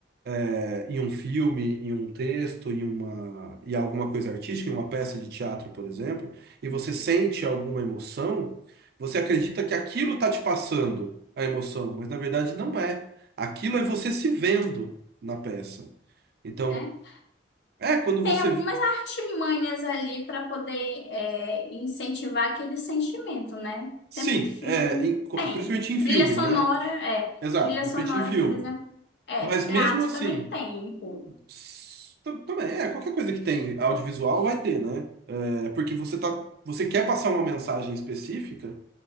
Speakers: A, on the right; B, on the left.
A: é, em um filme, em um texto, em uma e alguma coisa artística, em uma peça de teatro, por exemplo, e você sente alguma emoção, você acredita que aquilo está te passando a emoção, mas na verdade não é. Aquilo é você se vendo na peça. Então,
B: É.
A: é quando
B: Tem
A: você
B: algumas artimanhas ali para poder é, incentivar aquele sentimento, né?
A: sim,
B: Sempre filme
A: é, em- co-
B: tem.
A: principalmente em
B: Trilha
A: filme,
B: sonora,
A: né?
B: é.
A: Exato,
B: Trilha
A: principalmente
B: sonora,
A: em filme.
B: por exemplo, é.
A: Mas mesmo
B: Teatro
A: assim,
B: também tem, pô.
A: s- tam- também é qualquer coisa que tem audiovisual vai ter, né? É porque você tá, você quer passar uma mensagem específica,